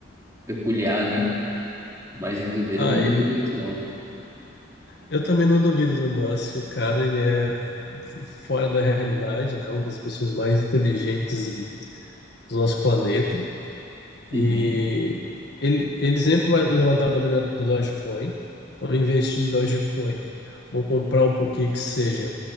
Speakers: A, on the right; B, on the left.
A: peculiar, né? Mas vindo dele
B: Ah,
A: eu não
B: ele.
A: duvido muito, não.
B: Eu também não duvido do Musk, o cara ele é f- fora da realidade, né? Uma das pessoas mais inteligentes e- do nosso planeta. E
A: Uhum.
B: ele, ele sempre vai levantar a bandeira da- do Dogecoin. Então, investir em Dogecoin ou comprar um pouquinho que seja